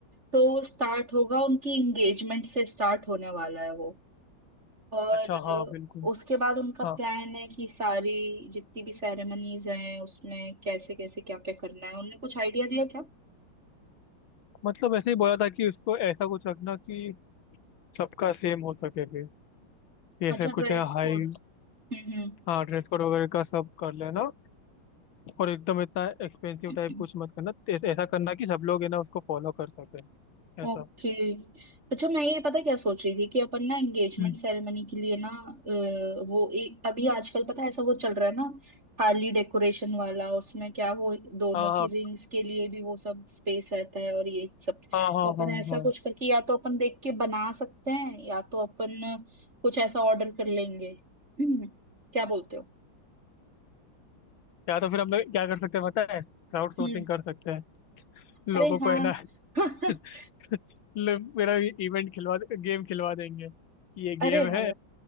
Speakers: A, on the right; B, on the left.
A: तो स्टार्ट होगा उनकी एंगेजमेंट से स्टार्ट होने वाला है वो और
B: अच्छा
A: अ,
B: हाँ बिल्कुल
A: उसके बाद उनका
B: हाँ
A: प्लान है कि सारी जितनी भी सेरेमनीज हैं उसमें कैसे कैसे क्या क्या करना है उनने कुछ आइडिया दिया क्या
B: मतलब ऐसे ही बोला था कि उसको ऐसा कुछ रखना कि सबका सेम हो सके फिर जैसे
A: अच्छा ड्रेस
B: कुछ है हाई
A: कोड हम्म
B: हाँ ड्रेस कोड वगैरह का सब कर लेना और एकदम इतना एक्सपेंसिव
A: हम्म
B: टाइप कुछ मत करना ऐ- ऐसा करना कि सब लोग है ना उसको फॉलो कर सके ऐसा
A: ओके अच्छा मैं ये पता क्या सोच रही थी कि अपन ना एंगेजमेंट
B: हम्म
A: सेरेमनी के लिए ना अ, वो एक अभी आजकल पता है ऐसा वो चल रहा है ना खाली डेकोरेशन वाला उसमें क्या वो दोनों
B: हाँ हाँ
A: की रिंग्स के लिए भी वो सब स्पेस रहता है और ये सब
B: हाँ हाँ
A: तो अपन
B: हाँ
A: ऐसा
B: हाँ
A: कुछ करके या तो अपन देख के बना सकते हैं या तो अपन कुछ ऐसा ऑर्डर कर लेंगे <clears throat> हम्म, क्या बोलते हो
B: या तो फिर हम लोग क्या कर सकते हैं पता है क्राउड सोर्सिंग
A: हम्म
B: कर सकते हैं
A: अरे
B: लोगों
A: हाँ
B: को है ना
A: <laughs>
B: <laughs> लोग मेरा इवेंट खिलवा गेम खिलवा देंगे कि ये गेम
A: अरे हाँ
B: है